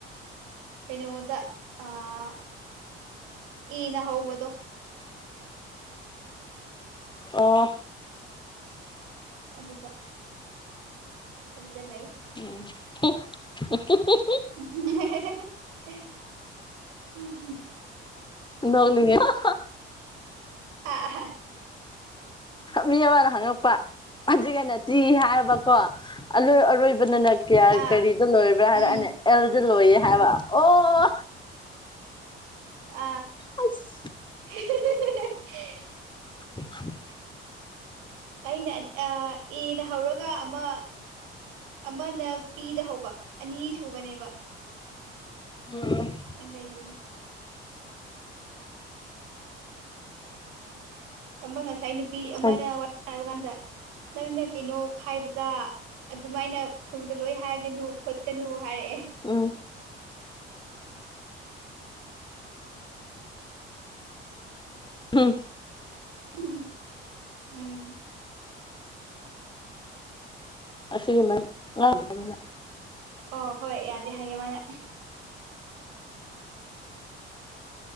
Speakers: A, on the right; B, on the left.
A: ꯀꯩꯅꯣꯗ ꯑꯥ ꯑꯦꯅ ꯍꯧꯕꯗꯣ
B: ꯑꯥ
A: ꯑꯗꯨꯗ ꯑꯗꯨꯗ ꯂꯩ
B: ꯎꯝ <unintelligible>
A: <unintelligible> ꯍꯦ ꯍꯦ
B: ꯅꯣꯛꯅꯤꯡꯉꯦ ꯍ
A: ꯍꯥ
B: ꯃꯤ ꯑꯃꯅ ꯍꯪꯉꯛꯄ ꯑꯗꯨꯒꯤ ꯑꯩꯅ ꯇ꯭ꯔꯤ ꯍꯥꯏꯔꯕꯀꯣ ꯑꯂꯣꯏ ꯑꯔꯣꯏ ꯄꯨꯟꯅꯅ ꯀ꯭ꯌꯥ
A: ꯑꯥ
B: ꯀꯔꯤꯗ ꯂꯣꯏꯕ꯭ꯔꯥ ꯍꯥꯏꯔ
A: ꯎꯝ
B: ꯑꯩꯅ ꯑꯦꯜꯗ ꯂꯣꯏꯌꯦ ꯍꯥꯏꯕ ꯑꯣ
A: ꯑꯥ
B: ꯑꯁ
A: ꯍꯦ ꯍꯦ ꯍꯦ ꯍꯦ <inaudible>
B: <inaudible>
A: ꯑꯩꯅ ꯑ ꯑꯦꯅ ꯍꯧꯔꯒ ꯑꯃ ꯑꯃꯅ ꯄꯤꯗ ꯍꯧꯕ ꯑꯅꯤ ꯁꯨꯕꯅꯦꯕ
B: ꯎꯝ
A: ꯑꯦꯟ ꯑꯩꯕꯗꯣ <unintelligible> ꯑꯃ ꯉꯁꯥꯏ ꯅꯨꯄꯤ ꯑꯃꯅ
B: ꯎꯝ
A: ꯋꯥꯔꯤ ꯁꯥꯟꯅꯕ ꯀꯥꯟꯗ ꯅꯪꯅ ꯀꯩꯅꯣ ꯈꯥꯏꯕꯗ ꯑꯗꯨꯃꯥꯏꯅ ꯐꯨꯜꯗ ꯂꯣꯏ ꯍꯥꯏꯒꯅꯨ ꯈꯣꯠꯀꯅꯨ ꯍꯥꯏꯔꯛꯑꯦ
B: ꯎꯝ ꯍꯝ
A: ꯎꯝ ꯎꯝ
B: ꯁꯤꯒꯤꯃ ꯉ <unintelligible>
A: ꯑꯣ ꯍꯣꯏ ꯌꯥꯗꯦ ꯍꯥꯏꯌꯦ ꯃꯥꯅ